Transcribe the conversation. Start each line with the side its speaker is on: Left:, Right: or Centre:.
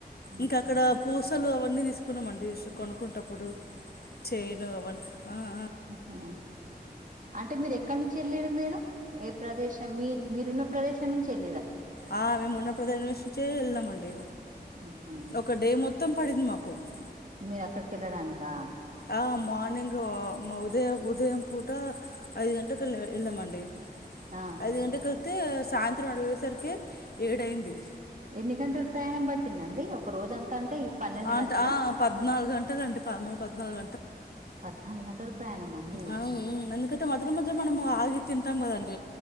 Left: ఇంకా
Right: ఉహు.
Left: అక్కడ పూసలు అవ్ కున్నామండి సు కొనుక్కుంటప్పుడు చెయిన్ అవన్ ఆ ఆ
Right: హ్మ్ అంటే మీరు ఎక్కడి నుంచి ఎల్లిర్రు మీరు ఏ ప్రదేశం మీ మీరున్న ప్రదేశం <unintelligible>
Left: ఆ మేము ఉన్న ప్ర అన్వేషించే ఎల్లమండి
Right: ఉహు
Left: ఒక డే మొత్తం పడింది మాకు కు
Right: మీరు అక్కడికి వెళ్లడానికా
Left: ఆ మార్నింగ్ ఉదయం ఉదయం పూట ఐదు గంటకి వెళ్ళ వెళ్ళామండి
Right: ఆ
Left: ఐదు గంటకు తే సాయంత్రం అడిగి పోయేసరికే ఏడైంది
Right: ఎన్ని గంటల ప్రయాణం పట్టిందండి ఒక రోజ అంతా అంటే ఈ పన్నెండు
Left: అంట
Right: గంటల
Left: ఆ పద్నాలుగు గంటలు అండి పదమూడు పద్నాలుగు
Right: పద్నాలుగు గంటల ప్రయాణం అండి
Left: అ ఉ నంద్ కతే మద మద మనము ఆగి తింటాం కదా